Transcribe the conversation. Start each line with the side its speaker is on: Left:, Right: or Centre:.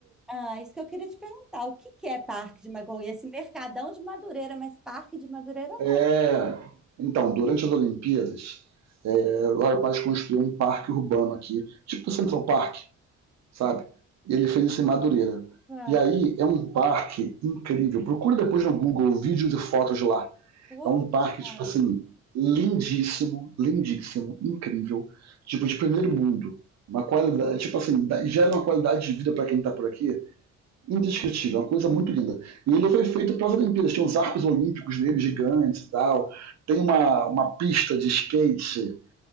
Centre: ah, isso que eu queria te perguntar. O que que é Parque de Madureira? Esse mercadão de Madureira, mas Parque de Madureira
Right: é.
Centre: não.
Right: Então, durante as Olimpíadas, é, o Lauro Paz construiu um parque urbano aqui, tipo o Central Park, sabe? E ele fez isso em Madureira.
Centre: Ah,
Right: E aí é um parque incrível. Procura depois no Google vídeos e fotos de lá.
Centre: poxa.
Right: É um parque, tipo assim, lindíssimo, lindíssimo, incrível. Tipo, de primeiro mundo. Uma qualidade, tipo assim, gera uma qualidade de vida para quem tá por aqui indescritível, uma coisa muito linda. E ele foi feito para as Olimpíadas, tem uns arcos olímpicos nele gigantes e tal, tem uma, uma pista de skate,